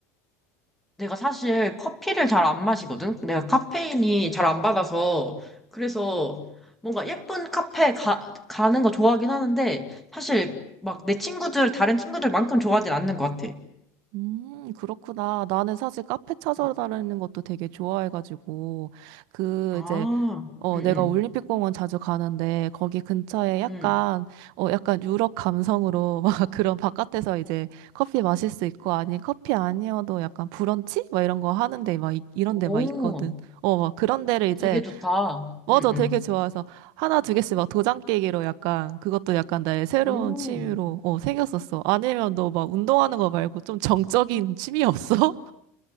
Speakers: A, in the centre; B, on the right (about 60°).
A: 내가 사실 커피를 잘 안 마시거든? 내가 카페인이 잘 안 받아서. 그래서 뭔가 예쁜 카페 가, 가는 거 좋아하긴 하는데 사실 막 내 친구들, 다른 친구들만큼 좋아하진 않는 것 같아.
B: 음, 그렇구나. 나는 사실 카페 찾아다니는
A: 응.
B: 것도 되게 좋아해가지고, 그,
A: 아,
B: 이제, 어,
A: 응,
B: 내가
A: 응.
B: 올림픽공원 자주 가는데 거기 근처에 약간
A: 응.
B: 어 약간 유럽 감성으로 <laughs> 막 그런 바깥에서 이제 커피 마실 수 있고 아니 커피 아니어도 약간 브런치 막 이런 거 하는데 막 이, 이런
A: 오,
B: 데 막 있거든. 어, 막 그런 데를 이제
A: 되게 좋다.
B: 맞아
A: 응,
B: 되게
A: 응.
B: 좋아해서 하나 두 개씩 막 도장 깨기로 약간 그것도 약간 나의 새로운
A: 오.
B: 취미로 어 생겼었어. 아니면 너 막 운동하는 거 말고 좀 정적인 취미 없어?